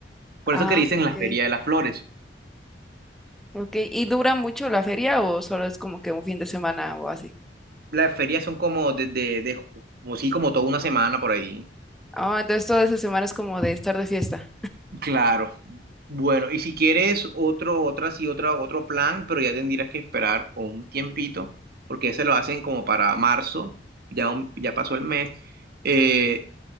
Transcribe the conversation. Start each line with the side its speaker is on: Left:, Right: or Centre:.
Right: Por
Centre: Ah,
Right: eso que le dicen
Centre: ok.
Right: la feria de las flores.
Centre: Ok, ¿y dura mucho la feria o solo es como que un fin de semana o así?
Right: Las ferias son como desde, de, de- ju- como sí, como toda una semana por ahí.
Centre: Ah, entonces toda esa semana es como de estar de fiesta.
Right: Claro. Bueno, y si quieres otro, otra, sí, otra, otro plan, pero ya tendrías que esperar por un tiempito, porque ese lo hacen como para marzo, ya, un- ya pasó el mes, eh,